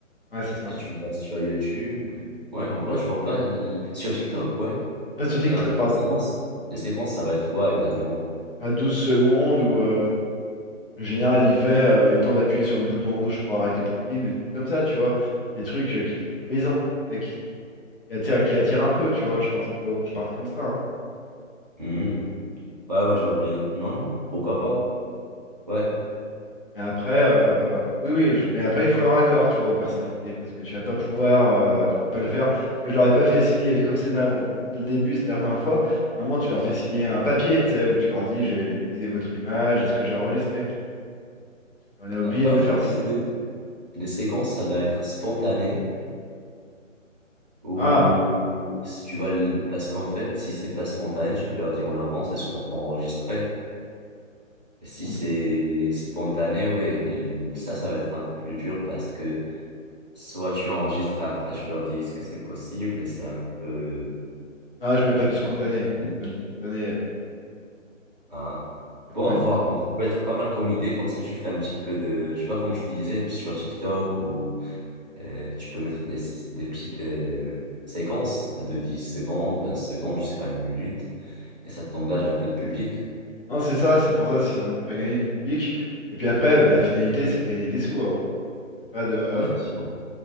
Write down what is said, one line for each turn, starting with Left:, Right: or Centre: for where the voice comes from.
Left: Ouais, c'est ça.
Right: Tu le vois sur YouTube. Ouais, en vrai, je vois pas le- sur TikTok, ouais.
Left: Ah, sur TikTok,
Right: Et en fait,
Left: pardon.
Right: les séquences, les séquences, ça va être quoi exactement?
Left: À 12 secondes où euh, le général il fait, euh, il est temps d'appuyer sur le bouton rouge pour arrêter Poutine, ou des trucs comme ça, tu vois. Des trucs euh, qui sont grisants, tu sais, qui sont, qui attirent, qui attirent un peu, tu vois. Je pense qu'il faut que je parte comme ça. hein.
Right: Hmm. Ouais, ouais, je vois bien. Non, non, pourquoi pas? Ouais.
Left: Mais après, euh, oui, oui, je- mais après, il faut leur accord, tu vois, aux personnalités, parce que tu vas pas pouvoir, euh, tu peux pas le faire, parce que je leur ai pas fait signer, comme c'est ma, bon, c'est le début, c'était la première fois, à un moment, tu leur fais signer un papier, tu sais, où tu leur dis, j'ai utilisé votre image, est-ce que j'ai enregistré? Et On a oublié
Right: Après,
Left: de
Right: en
Left: le
Right: fait,
Left: faire signer.
Right: est-ce que les séquences, ça va être spontané ou
Left: Ah,
Right: si tu vas le- parce qu'en fait, si c'est pas spontané, tu peux leur dire en avance est-ce qu'on peut enregistrer. Et si
Left: on-
Right: c'est spontané, ouais, il- ça, ça va être un peu plus dur parce que soit tu enregistres et après tu leur dis est-ce que c'est possible et c'est un peu
Left: ah, je mets pas
Right: Tu
Left: du spontané,
Right: vois, tu dis,
Left: je mets pas du spontané, euh,
Right: ah.
Left: je vais
Right: Bon,
Left: pas mettre...
Right: à voir, mais ça peut être pas mal comme idée, comme ça tu fais un petit peu de, tu vois, comme je te disais, sur TikTok, ou euh, tu peux mettre des, des petites euh, séquences de 10 secondes, 20 secondes, jusqu'à une minute, et ça t'engage un peu de public.
Left: Non, c'est ça, c'est pour ça, si ça veut me faire gagner du public, et puis après, la finalité, c'est de gagner des sous, hein. C'est pas de, euh,
Right: Ouais, c'est sûr.